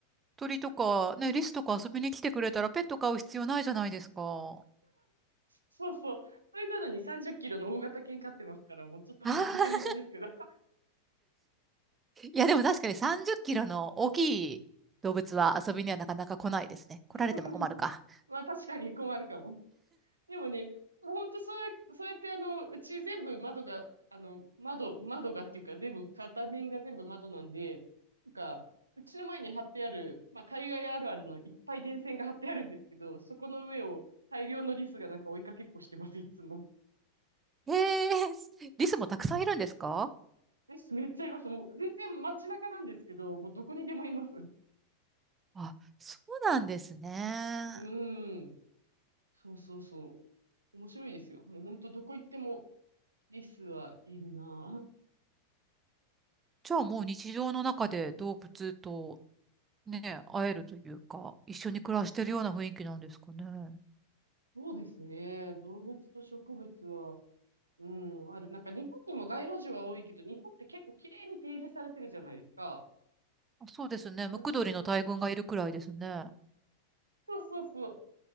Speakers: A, on the right; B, on the right.
A: 鳥とか、ね、リスとか遊びに来てくれたらペット飼う必要ないじゃないですか。
B: そうそう。それなのに30キロの大型犬飼ってますから、もうちょっとぐちゃぐちゃですけど。
A: ああ、<laughs>
B: <laughs>
A: いやでも確かに30キロの大きい動物は遊びにはなかなか来ないですね。来られても困るか。
B: うんうんまあ確かに困るかも。でもね、もうほんとそうや、そうやってあの、うち全部窓が、あの、窓、窓がっていうか全部、片面が全部窓なんで、なんか、うちの前に貼ってある、まあ、海外あるあるのいっぱい電線が張ってあるんですけど、そこの上を大量のリスがなんか追いかけっこしてます、いつも。
A: へえ、<laughs> リスもたくさんいるんですか
B: リスめっちゃいます。もう全然街中なんですけど、もうどこにでもいます。
A: あ、そうなんですね。
B: うーん。そうそうそう。面白いですよ。もうほんとどこ行ってもリスはいるなぁ。
A: じゃあもう日常の中で動物とね、会えるというか、
B: うん
A: 一緒に暮らしてるような雰囲気なんですかね。
B: そうですね。動物と植物は、うん、ある。なんか日本にも街路樹は多いけど、日本って結構綺麗に提示されてるじゃないですか。
A: あそうですね。ムクドリの大群がいるくらいですね。
B: だけど、そうそうそう。